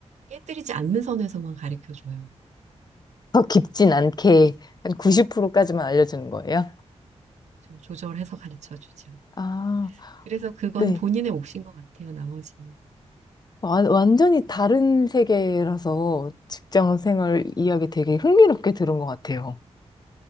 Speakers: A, on the right; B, on the left.
A: 깨뜨리지 않는 선에서만 가르쳐 줘요.
B: 더 깊진 않게 한 90%까지만 알려주는 거예요?
A: 그쵸? 조절해서 가르쳐 주죠.
B: 아,
A: 그래서 그거는
B: 네.
A: 본인의 몫인 것 같아요, 나머지는.
B: 와- 완전히 다른 세계라서 직장 생활 이야기 되게 흥미롭게 들은 것 같아요.